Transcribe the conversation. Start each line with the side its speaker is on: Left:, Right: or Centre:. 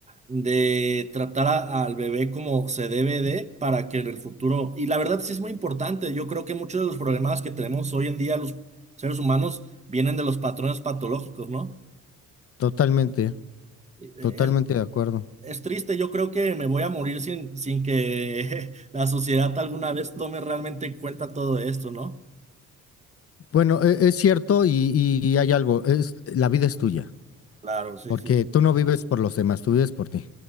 Right: de tratar a- al bebé como se debe de para que en el futuro, y la verdad sí es muy importante, yo creo que muchos de los problemas que tenemos hoy en día los seres humanos vienen de los patrones patológicos, ¿no?
Left: totalmente,
Right: E-
Left: totalmente
Right: Es,
Left: de acuerdo.
Right: es triste, yo creo que me voy a morir sin, sin que <laughs> la sociedad alguna vez tome realmente en cuenta todo esto, ¿no?
Left: Bueno, e- es cierto y, y- y hay algo, es, la vida es tuya,
Right: Claro, sí,
Left: porque
Right: sí.
Left: tú no vives por los demás, tú vives por ti.